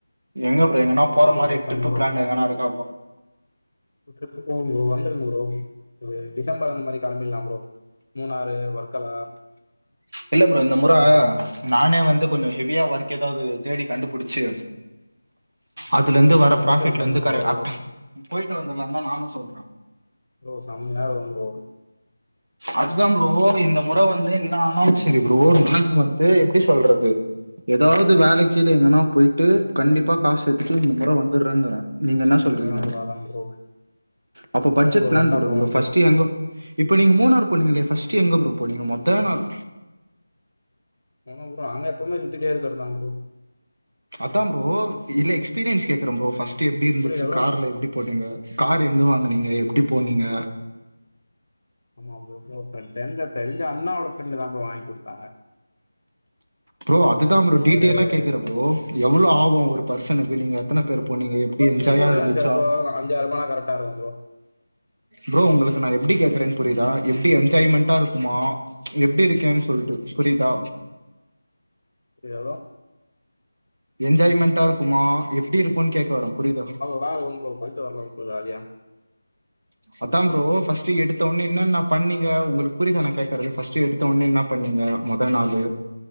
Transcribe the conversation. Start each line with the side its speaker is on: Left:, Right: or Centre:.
Right: எங்க ப்ரோ எங்கன்னா
Left: நீங்க
Right: போற
Left: சொல்ற
Right: மாதிரி ட்ரிப்பு
Left: தாங் ப்ரோ
Right: பிளான் எங்கன்னா இருக்கா ப்ரோ
Left: ட்ரிப் போவோ ப்ரோ வந்துருங்க ப்ரோ ஒரு டிசம்பர் அந்த மாரி கிளம்பிலா ப்ரோ மூணாறு வர்க்கலா
Right: இல்ல ப்ரோ இந்த முற
Left: வேகமான்
Right: நானே வந்து கொஞ்சம் ஹெவியா ஒர்க் ஏதாவது தேடி கண்டுபிடிச்சு அதுல இருந்து
Left: என்ன
Right: வர
Left: ப்ரோ
Right: ப்ராஃபிட்ல
Left: போயிட்டு வந்துடலாம்
Right: இருந்து கரெ
Left: ப்ரோ
Right: அட் போயிட்டு வந்தறலா தான் நானும் சொல்றே
Left: ப்ரோ சமையா இருக்கும் ப்ரோ
Right: அத்தா ப்ரோ இந்த முற வந்து என்ன ஆனாலு செரி ப்ரோ நாங்க வந்து எப்டி சொல்றது ஏதாவது வேலைக்குது எங்கன்னா போய்ட்டு கண்டிப்பா காசு சேத்துட்டு இந்த முற வந்துறங்குறே நீங்க என்ன சொல்றீங்க
Left: அதான் ப்ரோ அதான் ப்ரோ
Right: அப்ப
Left: போகணும்
Right: பட்ஜெட்
Left: ப்ரோ
Right: பிளான்
Left: ஒர்த்தா
Right: போடுங்க
Left: போகணும்
Right: ப்ரோ ஃபர்ஸ்ட் எங்க இப்ப நீங்க மூணார் போனீங்களே ஃபர்ஸ்ட் எங்க ப்ரோ போனிங்க மொத நாள்
Left: ஆமா ப்ரோ அங்க எப்பவுமே சுத்திட்டே இருக்கிறதுதா ப்ரோ
Right: அதா ப்ரோ இல்ல எக்ஸ்பீரியன்ஸ் கேக்குறே ப்ரோ ஃபர்ஸ்ட் எப்டி இருந்துச்சு
Left: புரியல ப்ரோ
Right: கார்ல எப்டி போனீங்க கார் எங்க வாங்கனீங்க எப்டி போனீங்க
Left: ஆமா ப்ரோ ப்ரோ த தெரிஞ்ச தெரிஞ்ச அண்ணாவோட ஃப்ரெண்டு தா ப்ரோ வாங்கி குடுத்தாங்க
Right: ப்ரோ அதுதா ப்ரோ
Left: அவரு
Right: டீடைலா கேக்குற ப்ரோ
Left: ஆமா
Right: எவ்ளோ ஆகும் ஒரு பர்சனுக்கு நீங்க எத்தன பேர் போனீங்க
Left: ஒரு
Right: எப்டி
Left: பர்சனுக்கு
Right: என்ஜாயா
Left: ஒரு ரூ.
Right: இருந்துச்சா
Left: ரூ. கரெக்டா இருக்கும் ப்ரோ.
Right: ப்ரோ உங்களுக்கு நா எப்டி கேக்றே புரியுதா எப்படி என்ஜாய்மெண்ட் டா இருக்குமா எப்டி இருக்கேன்னு சொல்லிட்டு புரிதா
Left: இது எவ்ளோ
Right: என்ஜாய்மெண்ட்டா இருக்குமா எப்டி இருக்குன்னு கேக்க வர புரிதா
Left: வா ரூமுக்குள்ள போய்ட்டு வரலா கொஞ்ஜோ வாரியா
Right: அதா ப்ரோ ஃபஸ்ட் எடுத்த உன்னு என்னன்ன பண்ணிங்க உங்களுக்கு புரியத நா கேட்கறது ஃபஸ்ட் எடுத் எடுத்தோண்ண என்ன பண்ணீங்க மொத நாளு